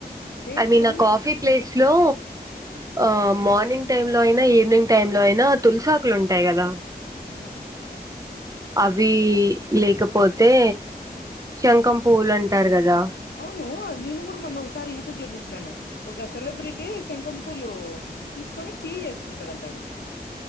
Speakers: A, on the left; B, on the right.
A: చేయొచ్చు
B: ఐ మీన్
A: కానీ
B: ఆ
A: నాకు
B: కాఫీ ప్లేస్ లో ఆ మార్నింగ్ టైం లో అయినా ఈవినింగ్ టైమ్ లో అయినా తులసాకులు ఉంటాయి కదా
A: హ్మ్
B: అవి లేకపోతే శంఖం పువ్వులు అంటారు కదా
A: అవును నేను కూడా మొన్న ఒకసారి యూట్యూబ్ లో చూసినాను ఒక సెలబ్రిటీ శంకం పూలు తీసుకొని టీ చేసుకుంటాదంట అవి